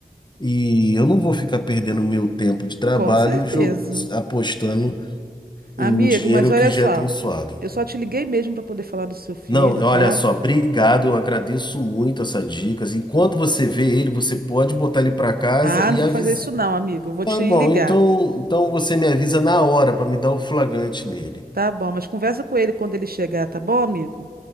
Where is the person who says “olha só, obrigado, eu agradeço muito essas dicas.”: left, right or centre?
Left